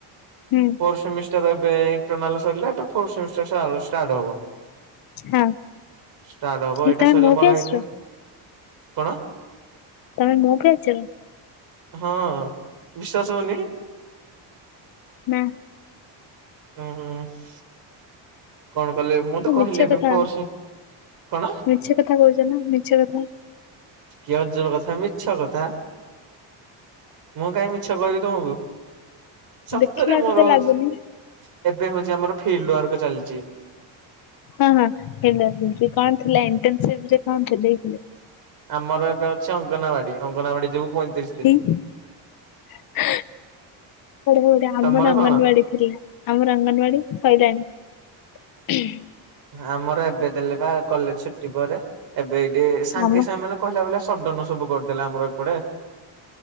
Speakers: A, on the left; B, on the right.
A: ହୁଁ
B: ଫୋର୍ ସେମି ତାର ଏବେ ଇଣ୍ଟରନାଲ ସରିଲା ହେଠୁ ଫୋର୍ ସେମିଷ୍ଟର ଷ୍ଟାର୍ଟ ହବ।
A: ହଁ
B: ଷ୍ଟାର୍ଟ ହବ
A: ଠିକ
B: ଏଇଟା
A: ତମେ
B: ଶୋଇଲ
A: ମୋ
B: ମର
A: ବ୍ୟାଚର
B: ହେଇଯ କଣ?
A: ତମେ ମୁଁ ବି ଆଚ
B: ହଁ ବିଶ୍ୱାସ ହଉନି?
A: ନା।
B: ହୁଁ ହୁଁ। ହୁଁ। କଣ କଲେ ମୁଁ ତ କହିଲି
A: ମିଛ
B: ଏବେ
A: କଥା
B: ଫୋର୍ ସେ କଣ
A: ମିଛ କଥା କହୁଛ ନା ମିଛ କଥା।
B: କି ଅଜବ କଥା ମିଛ କଥା। ମୁଁ କାଇଁ ମିଛ କହିବି ତମକୁ ସତରେ
A: ଦେଖିଲାଠୁ
B: ମୋର
A: ତ
B: ହୋଉଚି
A: ଲାଗୁନି।
B: ଏବେ ହୋଉଚି ଆମର ଫିଲ୍ଡ ୱାର୍କ ଚାଲିଚି।
A: ହଁ ହଁ ହେ କଣ ଥିଲା? ଇଣ୍ଟ ରେ କଣ ଦେଇଥିଲେ?
B: ଆମର ଏବେ ଅଛି ଅଙ୍ଗନବାଡି, ଅଙ୍ଗନବାଡି ଯିବୁ ପଇଁତିରିଶ
A: <unintelligible>
B: ଦିନ
A: ବଢିଆ ବଢିଆ
B: ତମର
A: ଆମର ଅଙ୍ଗନବାଡି
B: କଣ?
A: ଥିଲା? ଆମର ଅଙ୍ଗନବାଡି ସଇଲାଣି। <unintelligible>
B: ଆମର ଏବେ ଦେଲେ ବା କଲେଜ ଛୁଟି ପରେ ଏବେ ଏଇଠି ସାଙ୍ଗେ
A: ଆମ
B: ସାଙ୍ଗେ ମାନେ କହିଲା ଭଳିଆ ସଡନ୍ ସବୁ କରିଦେଲା ଆମର ଏପଟେ।